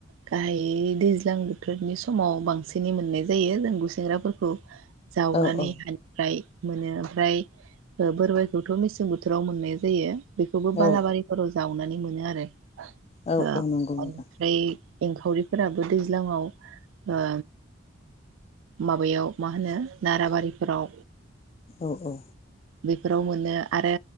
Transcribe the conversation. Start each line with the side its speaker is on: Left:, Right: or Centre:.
Right: गाहायै दैज्लां-बोथोरनि समाव बांसिनै मोननाय जायो जों गुसेंग्राफोरखौ जावनानै
Left: औ
Right: हानिफ्राय मोनो ओमफ्राय बोरबायाइखौथ' मेसें बोथोराव मोननाय जायो। बेखौबो
Left: औ
Right: बालाबारिफोराव जावनानै मो नो आरो
Left: औ
Right: ओ
Left: औ नंगौ नोंथां
Right: ओमफ्राय एंखावरिफोराबो दैज्लाङाव ओ माबायाव मा होनो नाराबारिफोराव
Left: औ औ
Right: बेफोराव मोनो आरो